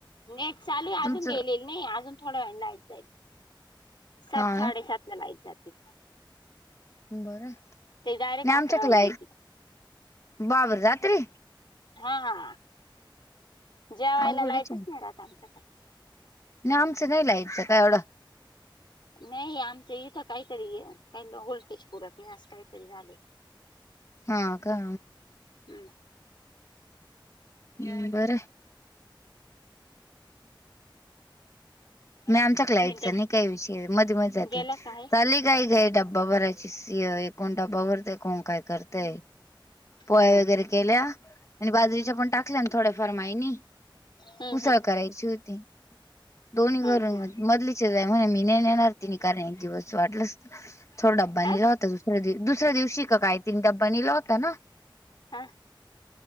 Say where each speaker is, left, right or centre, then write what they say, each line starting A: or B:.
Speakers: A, on the left; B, on the left.
A: नाहीे चालू अजून
B: तुमचं
A: गेलेल नाही अजून थोड्या वेळानं यच जाईल सात
B: हा
A: साडेसात लाईच जाते
B: बरं नाही
A: ते डायरेक्ट अकराला
B: आमच्याकला
A: येते
B: बाबर रात्री
A: हा हा जेवायला
B: अवघडच
A: लाइटच
B: आहे.
A: नाही रात आमच्याकडे
B: नाही आमचं नाही लाईट च काय एवढं
A: नाही आमचं इथं काहीतरी काही व्होल्टेज पुरत नाही आज काहीतरी झाले <unintelligible>
B: हा का
A: हम्
B: हम्म बरं
A: हम्
B: नाय आमच्या क्लाईटचा
A: तर
B: नाही काही विषय मध्ये मध्ये जाती
A: गेला काय
B: चाले काय काय डब्बा भरायची स कोण डब्बा भरतय कोण काय करतय पोळ्या
A: हा
B: वगैरे
A: हा
B: केल्या आणि बाजरीच्या
A: हम्म
B: पण टाकल्या थोड्याफार माईनी
A: हम्म
B: उसळ करायची होती दोन्ही घरून
A: हम्म
B: मधलीचच आहे म्हणे मी न नेणार तिने कारण एक दिवस वाटलंस थोडा डबा
A: हा
B: निला होता दुसऱ्या दिव दुसऱ्या दिवशी काय तीन डबा निला होता ना
A: हा